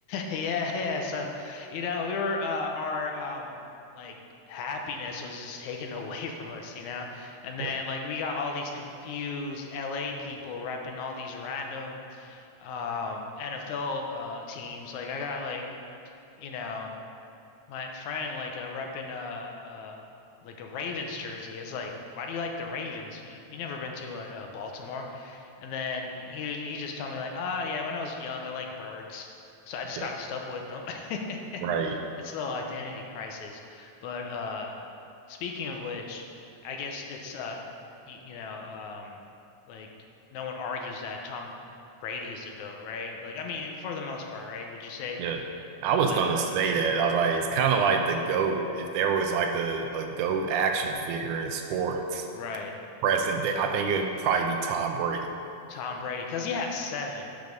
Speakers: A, on the left; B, on the right.
A: Yeah, yeah. So, you know, we were uh our um like happiness was just taken <laughs> away from us, you know? And
B: Yeah,
A: then like we got all these confused LA people repping all these random um NFL uh teams. Like I got like, you know, My friend, like, uh, repping uh, uh, like a Ravens jersey, is like, why do you like the Ravens? You you never been to a, uh Baltimore? And then he he just told me like, ah, yeah, when I was young, I liked birds, so I just
B: yeah,
A: kind of stuck with them. <laughs>
B: right.
A: It's a little identity crisis, but uh, speaking of which, I guess it's uh, y you know, um, like no one argues that Tom Brady is the GOAT, right? Like, I mean, for the most part, right? Would you say?
B: Yeah. I was
A: Like,
B: gonna say that. I was like, it's kind of like the GOAT. If there was like a, a GOAT action figure in sports
A: right.
B: present day, I think it would probably be Tom Brady.
A: Tom Brady because he has seven,